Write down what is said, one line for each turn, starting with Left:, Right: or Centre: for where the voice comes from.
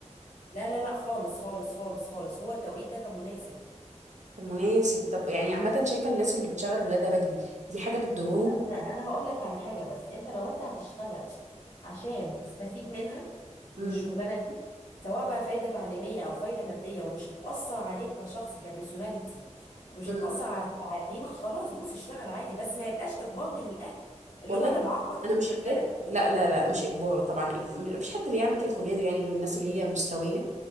Left: لا لا لا خالص خالص خالص خالص هو التوقيت ده كان مناسب
Right: طب مناسب طب يعني عامه شايفه الناس اللي بتشغل ولادها بدري دي حاجه بتضرهم
Left: لا، ما انا هقول لك على حاجه بس انت لو انت هتشتغل عشان تستفيد منها
Right: امم
Left: من الشغلانه دي سواء بقى فايده تعليميه او فايده ماديه ومش هتاثر عليك كشخص كبيرسوناليتي مش
Right: امم
Left: هتاثر على تعليمك خلاص دوس اشتغل عادي بس ما يبقاش اجبار من الاهل اللي
Right: والله
Left: هو انا بعاقبك فبشغلك
Right: انا مش حكايه لا لا لا مش اجبار طبعا إج- مفيش حد بيعمل كده في ولاده يعني غير الناس اللي هي مش سويه